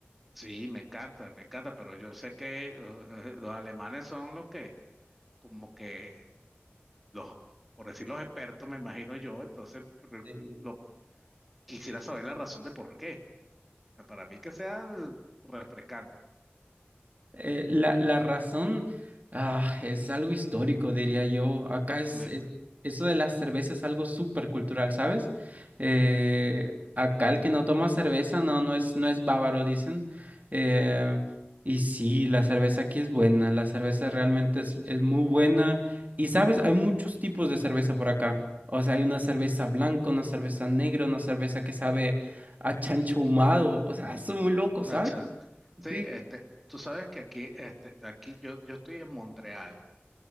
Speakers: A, in the centre; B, on the right.
A: Sí, me encanta, me encanta, pero yo sé que eh, <laughs> los alemanes son los que, como que, los, por decir los expertos, me imagino yo, entonces pero
B: Sí.
A: lo, quisiera saber la razón de por qué. Para mí que sea eh, refrescante.
B: Eh, la, la razón ah, es algo histórico, diría yo. Acá es,
A: Me,
B: es-
A: ma-
B: eso de las cervezas es algo súper cultural, ¿sabes? Eh, acá el que no toma cerveza no, no es, no es bávaro, dicen. Eh, y sí, la cerveza aquí es buena, la cerveza realmente es, es muy buena. Y sabes, hay muchos tipos de cerveza por acá. O sea, hay una cerveza blanca, una cerveza negra, una cerveza que sabe a chancho ahumado. O sea, eso es muy loco, ¿sabes?
A: macha. Sí,
B: Sí.
A: este, tú sabes que aquí, este, aquí yo, yo estoy en Montreal